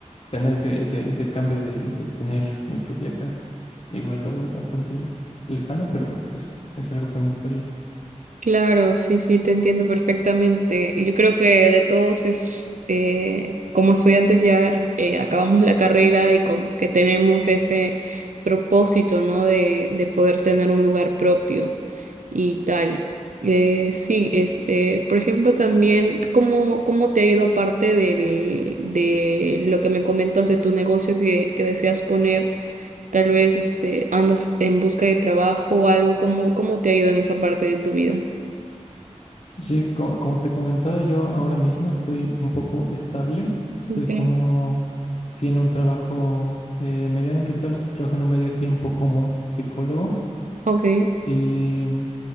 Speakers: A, on the left (about 50°); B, on the right (about 80°).
A: tener ese, ese, ese cambio de, de tener mi propia casa. Igual lo veo bastante lejano, pero es, es algo que me gustaría.
B: Claro, sí, sí, te entiendo perfectamente. Y Yo creo que de todos es, eh, como estudiantes ya eh, acabamos la carrera y como que tenemos ese propósito, ¿no? De, de poder tener un lugar propio y tal. Eh, sí, este, por ejemplo, también, ¿cómo, cómo te ha ido aparte del, de lo que me comentas de tu negocio que, que deseas poner? Tal vez este, andas en busca de trabajo o algo, ¿cómo, cómo te ha ido en esa parte de tu vida?
A: Sí, co- como te comentaba, yo ahora mismo estoy un poco estable. Estoy
B: Okay,
A: como, sí, en un trabajo eh, medianamente estable. Estoy trabajando medio tiempo como psicólogo.
B: Ok,
A: Y,